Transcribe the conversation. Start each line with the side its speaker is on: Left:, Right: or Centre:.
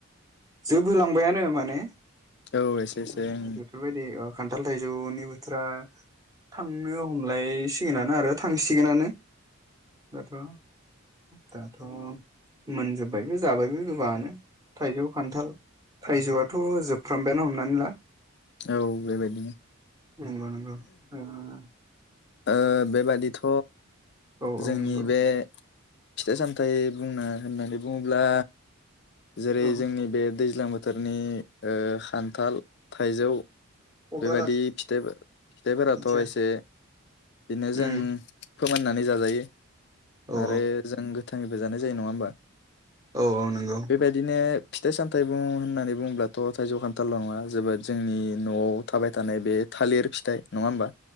Right: जोबहोलांबायानो माने
Left: औ एसे एसे
Right: ओ
Left: ओं
Right: बेफोरबायदि ओ खान्थाल थाइजौनि बोथोरा थांनो हम लायसिगोनानो आरो थांसिगोनानो दाथ' औ दाथ' मोनजोब्बायबो जाबायबो गोबाङानो थाइजौ, खान्थाल थाइजौआथ' जोबफ्रामबायानो हमनानै ला
Left: औ बेबायदिनो
Right: नंगौ नंगौ ओ ओ ओ
Left: ओ बेबादिथ'
Right: औ औ
Left: जोंनि
Right: नंगौ
Left: बे फिथाइ सामथाइ बुंनो होननानै बुङोब्ला जेरै
Right: औ
Left: जोंनि बे दैज्लां बोथोरनि ओ खान्थाल, थाइजौ
Right: क'क्राझार
Left: बेबायादि फिथाइ फिथाइफोराथ'
Right: मिथिया
Left: एसे बिनो जों
Right: उम
Left: फोमोननानै जाजायो
Right: औ
Left: आरो जों गोथाङैबो जानाय जायो नङा होमबा?
Right: औ औ नंगौ
Left: बेबायदिनो फिथाइ सामथाइ बुं होननानै बुङोब्लाथ' थाइजौ खान्थाल' नङा जोबोद जोंनि न'आव थाबाय थानाय बे थालिर फिथाइ नङा होमबा?